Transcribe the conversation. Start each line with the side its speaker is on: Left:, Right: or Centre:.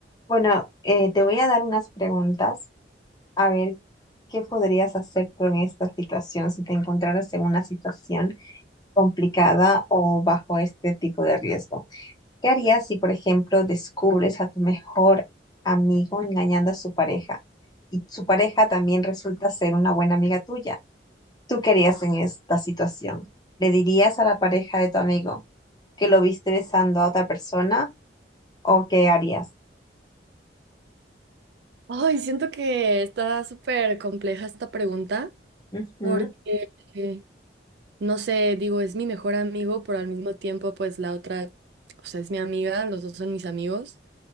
Left: Bueno, eh, te voy a dar unas preguntas a ver qué podrías hacer tú en esta situación si te encontraras en una situación complicada o bajo este tipo de riesgo. ¿Qué harías si, por ejemplo, descubres a tu mejor amigo engañando a su pareja y su pareja también resulta ser una buena amiga tuya? ¿Tú qué harías en esta situación? ¿Le dirías a la pareja de tu amigo que lo viste besando a otra persona o qué harías?
Right: Ay, siento que está súper compleja esta pregunta
Left: Ujú,
Right: porque, eh, no sé, digo, es mi mejor amigo, pero al mismo tiempo, pues la otra, o sea, es mi amiga, los dos son mis amigos.